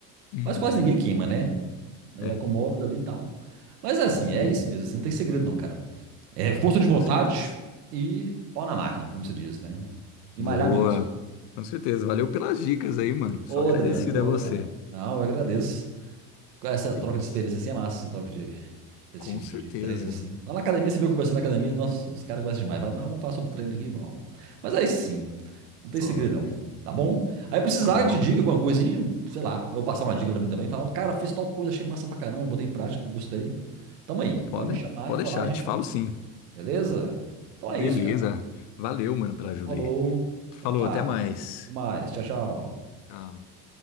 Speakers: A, on the left; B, on the right.
A: Uhum.
B: Mas quase ninguém queima, né? Aí
A: É,
B: acomoda ali e tal. Mas é
A: quase
B: assim, é
A: nenhum,
B: isso mesmo, assim, não tem segredo não, cara. É força de
A: com
B: vontade
A: certeza.
B: e pau na máquina, como se diz, né? E
A: Boa,
B: malhar mesmo.
A: com certeza. Valeu pelas dicas aí, mano. Sou
B: Ô,
A: agradecido
B: Daniel, de boa,
A: a você.
B: cara. Não, eu agradeço. Essa
A: É
B: troca
A: Isso,
B: de experiência assim é massa, essa troca de, Esse
A: com
B: tipo
A: certeza.
B: de, de treinos assim. Lá na academia, você viu eu conversando na academia, nossa, os caras gostam demais. Fala, ah, vamos falar sobre treino aqui, vamos. Mas é isso sim, não tem
A: Top.
B: segredão, tá bom? Aí precisar
A: Tá bom.
B: de dica, alguma coisa assim, sei lá, eu vou passar uma dica pra mim também, falar, ó, cara, fiz tal coisa, achei massa pra caramba, botei em prática, gostei. Tamo aí,
A: Pode,
B: pode me chamar
A: pode
B: e falar,
A: deixar,
B: gente,
A: te falo sim.
B: beleza? Então
A: Beleza.
B: é isso, cara.
A: Valeu, mano, pela
B: Então
A: ajuda
B: falou,
A: aí. Falou,
B: então tá,
A: até mais.
B: até mais, tchau, tchau.
A: Ah.